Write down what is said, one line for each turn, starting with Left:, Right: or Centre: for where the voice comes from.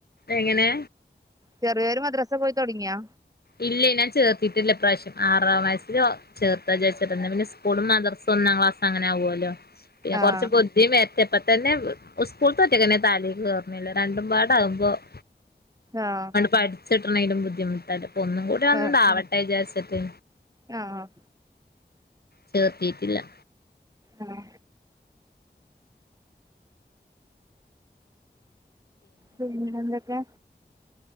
Left: എങ്ങനെ
Right: ചെറിയോര് മദ്രസ പോയി തുടങ്ങിയാ
Left: ഇല്ലെ ഞാൻ ചേർത്തിട്ടില്ല ഇ പ്രാവശ്യം ആറാം വയസിലോ ചേർത്ത വിജാരിച്ചിട്ട് പിന്നേ സ്കൂളും മദർസും ഒന്നാം ക്ലാസ് അങ്ങനെ ആവുമല്ലോ പിന്നെ
Right: ആഹ്
Left: കൊർച് ബു ഇപ്പതന്നെ സ്കൂളിത്തൊറ്റക്ക്ന്നെ തലേക്ക് കേറണില്ല രണ്ടും പാടകുമ്പോ <inaudible>
Right: ആഹ്
Left: പഠിച്ചിട്ടണെങ്കിലും ബുദ്ധിമുട്ടല്ല ഇപ്പൊ ഒന്നും കൂടി ഒണ്ടാവട്ടെ
Right: ആഹ്
Left: വിചാരിചട്ട്
Right: ആഹ്
Left: ചേർത്തിട്ടില്ല
Right: ആഹ് പിന്നെ എന്തൊക്കെ